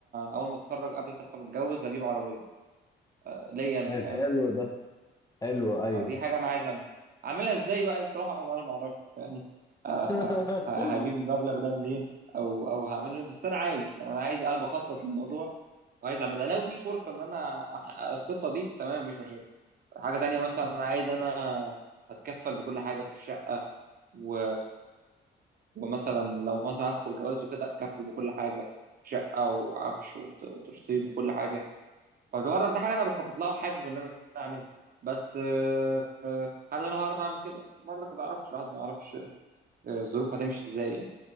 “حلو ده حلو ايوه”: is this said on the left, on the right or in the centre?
Left